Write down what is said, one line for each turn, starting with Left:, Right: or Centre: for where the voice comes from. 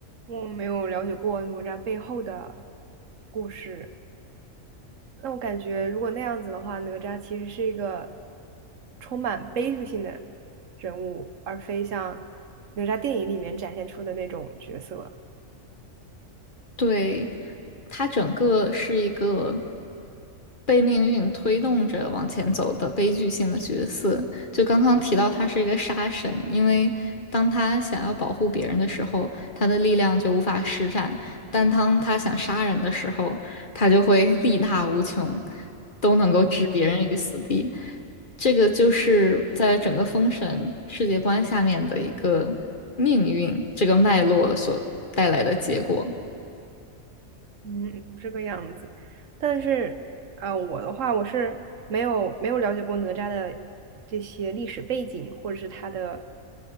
Right: 我没有了解过哪吒背后的故事。那我感觉，如果那样子的话，哪吒其实是一个充满悲剧性的人物，而非像哪吒电影里面展现出的那种角色。
Left: 对，他整个是一个被命运推动着往前走的悲剧性的角色。就刚刚提到，他是一个杀神，因为当他想要保护别人的时候，他的力量就无法施展；但当他想杀人的时候，他就会力大无穷，都能够置别人于死地。这个就是在整个封神世界观下面的一个命运这个脉络所带来的结果。
Right: 嗯，这个样子。但是，啊，我的话，我是没有没有了解过哪吒的这些历史背景，或者是他的